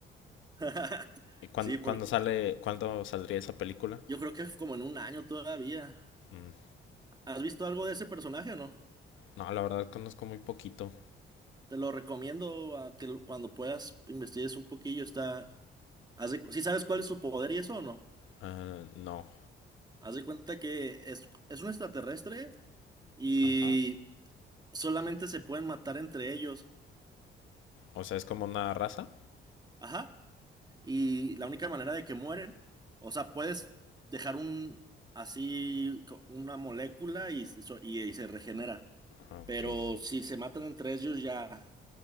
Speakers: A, on the right (about 20°); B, on the left (about 80°).
A: <laughs>
B: ¿Y cuándo,
A: Sí, porque
B: cuándo sale, cuándo saldría esa película?
A: yo creo que es como en un año todavía.
B: Mm,
A: ¿Has visto algo de ese personaje o no?
B: No, la verdad conozco muy poquito.
A: Te lo recomiendo a que lo- cuando puedas investigues un poquillo. Está, haz de cu- ¿sí sabes cuál es su poder y eso o no?
B: Ah, no.
A: Haz de cuenta que es, es un extraterrestre y
B: Ajá.
A: solamente se pueden matar entre ellos.
B: O sea, es como una raza.
A: Ajá. Y la única manera de que mueren, o sea, puedes dejar un así co- una molécula y, se- so- y, y se regenera.
B: Ah, Ok,
A: Pero si se matan entre ellos ya.